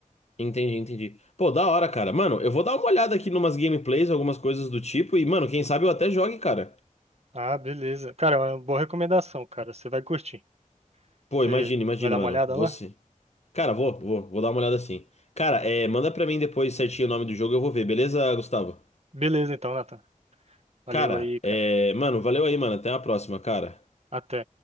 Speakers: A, on the left; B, on the right.
A: Entendi, entendi. Pô, da hora, cara. Mano, eu vou dar uma olhada aqui numas gameplays, algumas coisas do tipo, e, mano, quem sabe eu até jogue, cara.
B: Ah, beleza. Cara, é uma boa recomendação, cara. Você vai curtir.
A: Pô,
B: Você
A: imagina, imagina,
B: vai dar
A: mano.
B: uma olhada
A: Você.
B: lá?
A: Cara, vou, vou, vou dar uma olhada assim. Cara, é, manda pra mim depois certinho o nome do jogo, eu vou ver, beleza, Gustavo?
B: Beleza, então, Nathan. Valeu
A: Cara,
B: aí, cara.
A: é, mano, valeu aí, mano. Até a próxima, cara.
B: Até.